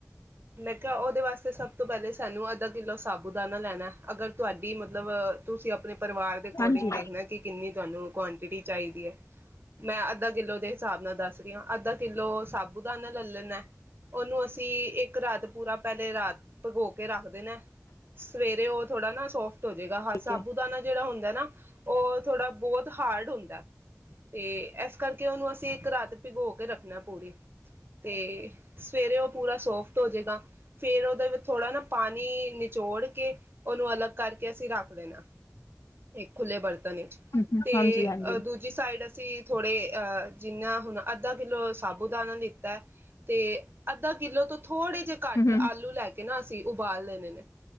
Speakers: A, on the right; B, on the left.
A: ਮੈਂ ਉਹਦੇ ਵਾਸਤੇ ਸਭ ਤੋਂ ਪਹਿਲੇ ਸਾਨੂੰ ਆਧਾ ਕਿਲੋ ਸਾਪਦਾਨਾ ਲੈਣਾ। ਅਗਰ ਤੁਹਾਡੀ ਮਤਲਬ ਤੁਸੀਂ ਅਪ ਆਪਣੇ ਪਰਿਵਾਰ ਦੇ ਅਕੋਰਡਿੰਗ
B: ਹਾਂਜੀ
A: ਦੇਖਣਾ ਕਿ ਕੀ ਤੁਹਾਨੂੰ ਕੁਆਂਟਿਟੀ। ਚਾਹੀਦੀ ਹੈ ਮੈਂ ਅੱਧਾ ਕਿਲੋ ਦੇ ਹਿਸਾਬ ਨਾਲ ਦੱਸ ਰਹੀ ਆਂ ਅੱਧਾ ਕਿਲੋ ਸਾਬੂ ਦਾ ਲੈ ਲੈਣਾ ।ਉਹਨੂੰ ਅਸੀਂ ਇੱਕ ਰਾਤ ਪੂਰਾ ਪਹਿਲੇ ਰਾਤ ਭਘੋ ਕੇ ਰੱਖ ਦੇਣਾ। ਸਵੇਰੇ ਉਹ ਥੋੜਾ ਨਾ ਤੁਜੇਗਾ। ਹਾਂ
B: ਠੀਕ
A: ਸਾਬੂਦਾਨਾ
B: ਹੈ
A: ਜਿਹੜਾ ਹੁੰਦਾ ਨਾ <inaudible> ਥੋੜਾ ਬਹੁਤ ਹਾਰਡ ਹੁੰਦਾ ਹੈ ਤੇ। ਇਸ ਕਰਕੇ ਉਹਨੂੰ ਅਸੀਂ ਇੱਕ ਰਾਤ ਭਿਗੋ ਕੇ ਰੱਖਣਾ। ਪੂਰੀ ਤੇ ਸਵੇਰੇ ਉਹ ਪੂਰਾ ਸੋਫਟ ਹੋ ਜਾਏਗਾ। ਫਿਰ ਉਹਦਾ ਥੋੜਾ ਨਾ ਪਾਣੀ ਨਿਚੋੜ ਕੇ ਉਹਨੂੰ ਅਲੱਗ ਕਰਕੇ ਅਸੀਂ ਰੱਖ। ਦੇਣਾ ਖੁਲੇ ਬਰਤਨ ਤੇ
B: ਹਮ ਹਾਂਜੀ ਹਾਂਜੀ
A: ਦੂਜੀ ਸਾਈਡ ਅਸੀਂ ਥੋੜੇ ਆ ਜਿੰਨਾ ਹੁਣ ਅੱਧਾ ਕਿਲੋ ਸਾਬੂ ਦਾਣਾ ਲਿਤਾ ਤੇ ਅੱਧਾ ਕਿਲੋ ਤੋਂ ਥੋੜੇ ਜਿਹੇ
B: ਹਮ
A: ਘੱਟ
B: ਹਮ
A: ਆਲੂ ਲੈ ਕਿੰਨਾ ਸੀ ਉਬਾਲ ਲੈਦੇ ਨੇ